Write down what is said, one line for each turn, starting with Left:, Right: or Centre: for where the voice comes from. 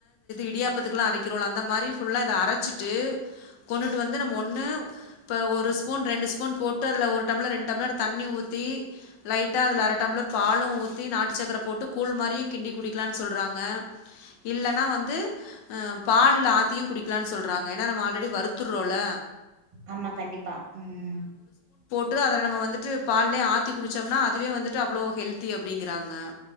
Left: இடியாப்பத்துக்கெல்லாம் அரைக்கிறோம் அந்த மாரி ஃபுல்லாக இத அரைச்சிட்டு கொண்டுட்டு வந்து நம்ம ஒன்னு இப்போ ஒரு ஸ்பூன் ரெண்டு ஸ்பூன் போட்டு அதில் ஒரு டம்ளர் ரெண்டு டம்ளர் தண்ணி ஊத்தி லைட்டா அதுல அர டம்ளர் பாலும் ஊத்தி நாட்டு சக்கர போட்டு கூழ் மாரியும் கிண்டி குடிக்கலாம்னு சொல்றாங்க இல்லன்னா வந்து பால்ல ஆத்தியும் குடிக்கலாம்னு சொல்றாங்க ஏன்னா நம்ம ஆல்ரெடி வருத்துடுறோம்ல
Right: ஆமா கண்டிப்பா ம்
Left: ட்டு அதல நம்ம வந்துட்டு பால்லே ஆத்தி குடிச்சோம்னா அதுவே வந்துட்டு அவ்வளோ ஹெல்தி அப்டிங்கறாங்க